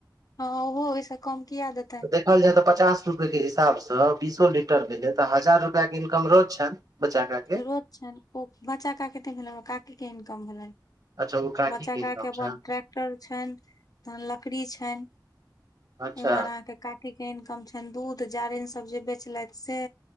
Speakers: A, on the left; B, on the right.
A: हँ ओहो ओहिस कम किया देतय
B: तऽ देखल जाय तऽ पचास रुपै के हिसाबसँ बीसो लीटर भेलै तऽ हजार रुपैया के इनकम रोज छैन बचा <unintelligible>
A: रोज छैन ओ बचा का केते भेलैन ओ काकी के इनकम भेलैन
B: अच्छा ओ काकी
A: बच्चा
B: इनकम
A: का के अपन
B: छनि
A: ट्रैक टल छैन तऽ लकड़ी छैन
B: अच्छा
A: इम्हर अहाँ के काकी के इनकम छैन दूध जारैन सब जे बेचलथिन से